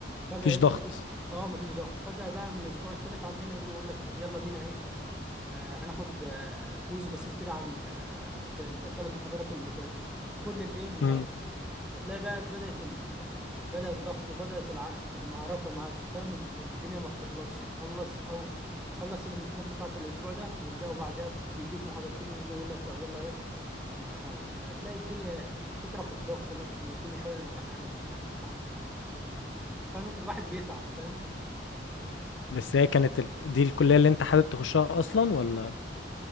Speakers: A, in the centre; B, on the left.
A: فجاه
B: مفيش
A: ايه
B: ضغط
A: تلاقي- اه مفيش ضغط فجاه بقى من الاسبوع الثالث عندنا يجي يقول لك طب يلا بينا ايه آه، هناخد آه، كويز بسيط كده عن آه، في الثلاث محاضرات اللي فاتوا كل الايه المواد
B: امم
A: فتلاقي بقى بدأت ال... بدأ الضغط وبدأت العرك... المعركة معاك فاهم الدنيا ما بتخلصش تخلص أو نخلص الامتحانات بتاعته الأسبوع ده يبدأوا بعدها يديك محاضرتين ويجي يقول لك طب يلا إيه امتحان فتلاقي الدنيا فكرة في الضغط نفسه إنه كل شوية امتحان امتحان امتحان فاهم الواحد بيتعب فاهم
B: بس هي كانت ال... دي الكلية اللي انت حابب تخشها اصلا ولا